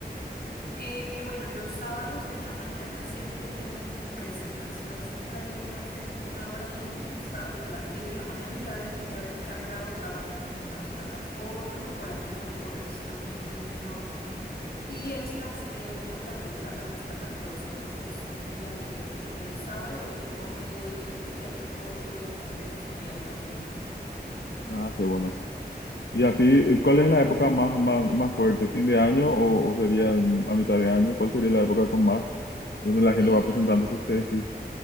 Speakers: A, on the left; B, on the left.
A: Eh, eh, bueno, los sábados en la mañana siempre tienen presentación, siempre hay una, fe- una hora límite los sábados a las 10 de la mañana, ya deben de haber cargado trabajos en la plataforma por alguna corrección allí menor y estas eh, me toca revisarlas hasta las 12, entonces diría que el sábado lo tengo mediodía y ya tengo libre completo sería el domingo.
B: Ah, qué bueno. Y así, eh, ¿cuál es la época más, más, más fuerte? ¿Fin de año o, o sería a mitad de año? ¿Cuál sería la época con más, donde la gente
A: En,
B: va presentando sus tesis?